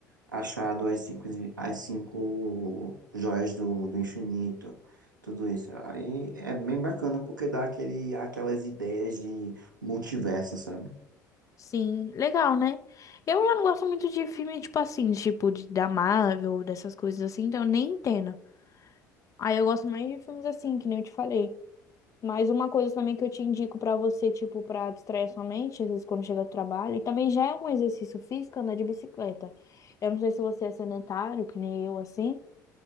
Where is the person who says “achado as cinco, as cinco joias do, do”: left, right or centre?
Right